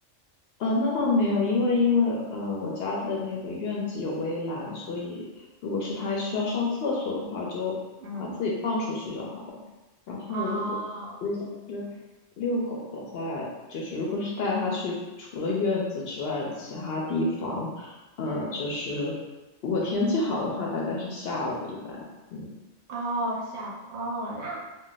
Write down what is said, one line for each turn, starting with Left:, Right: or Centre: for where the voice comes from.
Left: 呃，那倒没有，因为因为呃，我家的那个院子有围栏，所以如果是它需要上厕所的话，就把它自己放出去就好了。
Right: 嗯，
Left: 然后如果如果是遛狗的话，
Right: 哦。
Left: 就是如果是带它去除了院子之外的其他地方，呃，
Right: 嗯，
Left: 就是如果天气好的话，大概是下午一般。嗯
Right: 哦，下午，哦，那